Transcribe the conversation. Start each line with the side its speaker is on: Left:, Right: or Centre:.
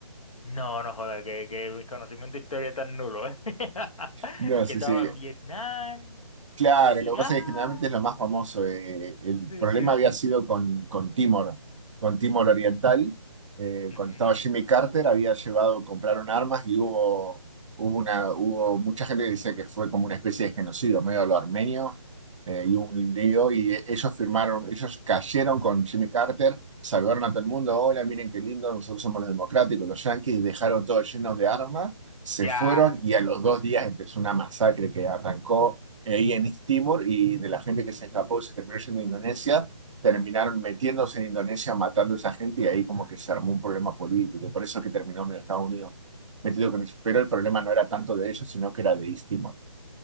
Left: No, no joda, que, que mi conocimiento de historia es tan nulo, ¿eh? <laughs>
Right: No, sí,
Left: Que estaba
Right: sí,
Left: Vietnam,
Right: Claro,
Left: I-
Right: lo
Left: Irán.
Right: que pasa es que generalmente es lo más famoso. eh, el
Left: Sí,
Right: problema
Left: sí, sí.
Right: había sido con, con Timor, con Timor Oriental. Eh,
Left: Ujú,
Right: cuando estaba
Left: ujú.
Right: Jimmy Carter había llevado, compraron armas y hubo, hubo, una, hubo mucha gente que dice que fue como una especie de genocidio, medio a lo armenio, eh, y hubo un lío y ellos firmaron, ellos cayeron con Jimmy Carter, saludaron a todo el mundo, hola, miren qué lindo, nosotros somos los democráticos, los yanquis, dejaron todo lleno de armas, se
Left: Ya.
Right: fueron y a los dos días empezó una masacre que arrancó ahí en East Timor y de la gente que se escapó y se terminó yendo a Indonesia, terminaron metiéndose en Indonesia, matando a esa gente y ahí como que se armó un problema político. Y por eso es que terminó en Estados Unidos metido con ellos. Pero el problema no era tanto de ellos, sino que era de East Timor.